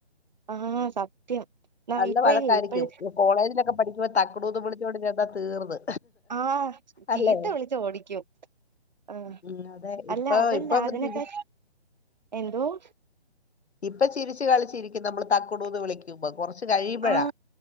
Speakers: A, on the right; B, on the left.
A: ആഹ സത്യം
B: നല്ല
A: ഇപ്പഴേ
B: വഴക്കായിരിക്കും
A: ഇപ്പഴ്
B: കോളേജിലൊക്കെ പഠിക്കുമ്പോ തക്കുടൂന്നും വി ച്ചോണ്ട് ചെന്നാ തീർന്ന്
A: ആ ചീത്ത
B: അല്ലേ
A: വിളിച്ചു ഓടിക്കും ആ
B: ഉം, അതെ
A: അല്ല
B: ഇപ്പൊ
A: അതല്ല
B: ഇപ്പൊ അങ്ങ്
A: അതിനെക്കെ
B: ചിരി
A: എന്തോ <unintelligible>
B: ഇപ്പൊ ചിരിച്ചു കളിച്ചിരിക്കും നമ്മൾ തക്കുടൂന്ന് വിളിക്കുമ്പം കുറച്ച് കഴിയുമ്പോഴാ
A: ആ